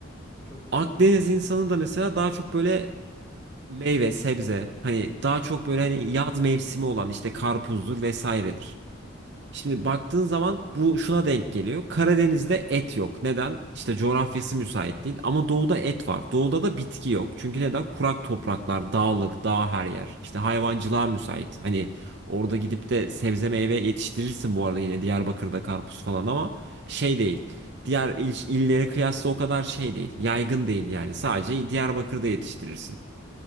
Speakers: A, in the centre; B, on the right (about 55°).
A: Çok doğru
B: Akdeniz
A: evet.
B: insanı da mesela daha çok böyle meyve, sebze hani daha çok böyle hani yaz mevsimi olan işte karpuzdur vesairedir. Şimdi baktığın zaman bu şuna denk geliyor. Karadeniz'de et yok. Neden? İşte coğrafyası müsait değil. Ama doğuda et var. Doğuda da bitki yok. Çünkü neden? Kurak topraklar, dağlık, dağ her yer. İşte hayvancılığa müsait. Hani orada gidip de sebze meyve yetiştirirsin bu arada yine Diyarbakır'da karpuz falan ama şey değil. Diğer il, illere kıyasla o kadar şey değil. Yaygın değil yani. Sadece Diyarbakır'da yetiştirirsin.